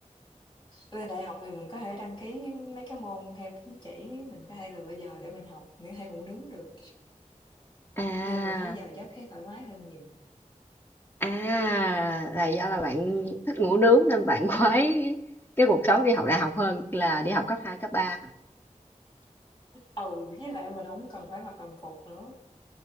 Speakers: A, on the left (about 35°); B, on the left (about 15°).
A: Lên đại học thì mình có thể đăng ký mấy cái môn theo tín chỉ, mình có thể lựa giờ để mình học, mình có thể ngủ nướng được,
B: À,
A: nên mình thấy giờ giấc thấy thoải mái hơn nhiều.
B: à là do là bạn
A: Ừm,
B: thích ngủ nướng nên bạn <laughs> khoái cái cuộc sống đi học đại học hơn là đi học cấp 2 cấp 3 hả?
A: ừ, với lại mình không cần phải mặc đồng phục nữa,